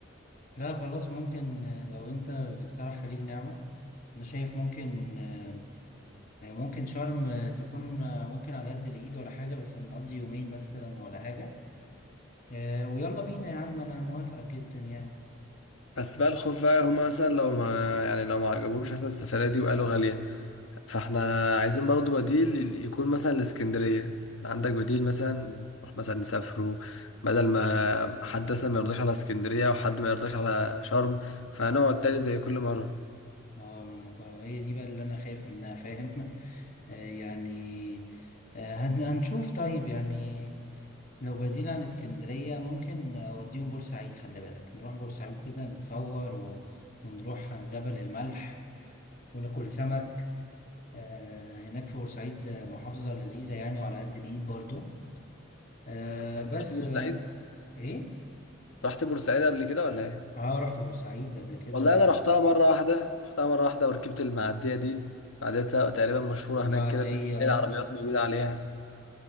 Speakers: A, on the left (about 40°); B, on the left (about 75°).
A: لا خلاص ممكن آه، لو انت بتقترح خليج نعمة انا شايف ممكن آه، آه، ممكن شرم آه، تكون آه، ممكن على قد الايد ولا حاجة بس نقضي يومين مثلا ولا حاجة آه، ويلا بينا يا عم انا موافقة جدا يعني
B: بس بقى الخوف بقى هما مثلا لو ما يعني لو ما عجبهمش مثلا السفرية دي وقالوا غالية فاحنا عايزين برضه بديل يكون مثلا لاسكندرية عندك بديل مثلا نروح مثلا نسافروا بدل ما حد مثلا ما يرضاش على اسكندرية وحد ما يرضاش على شرم فهنقعد تاني زي كل مرة
A: اه ما انا هي دي بقى اللي انا خايف منها فاهم آه، يعني آه، هن- هنشوف طيب يعني لو بديل عن اسكندرية ممكن أوديهم بورسعيد خلي بالك نروح بورسعيد كده نتصور و... ونروح جبل الملح وناكل سمك آه، هناك في بورسعيد آه، محافظة لذيذة يعني وعلى قد الإيد برضو آه، بس
B: رحت بورسعيد
A: آه، إيه؟
B: رحت بورسعيد قبل كده ولا ايه؟
A: آه رحت بورسعيد قبل كده
B: والله انا رحتها مرة واحدة رحتها مرة واحدة وركبت المعدية دي معدية تقريبا مشهورة
A: والمعدية
B: هناك كده اللي هي العربيات
A: آه
B: موجودة عليها